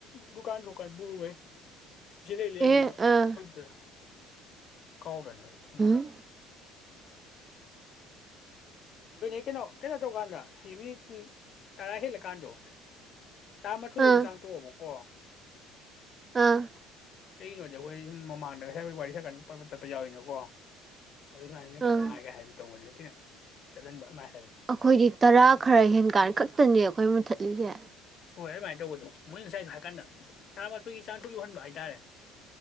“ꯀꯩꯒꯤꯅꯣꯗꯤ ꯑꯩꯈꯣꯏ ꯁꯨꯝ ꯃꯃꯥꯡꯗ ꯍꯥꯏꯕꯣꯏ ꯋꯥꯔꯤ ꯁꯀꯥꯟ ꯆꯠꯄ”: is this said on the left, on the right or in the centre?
Left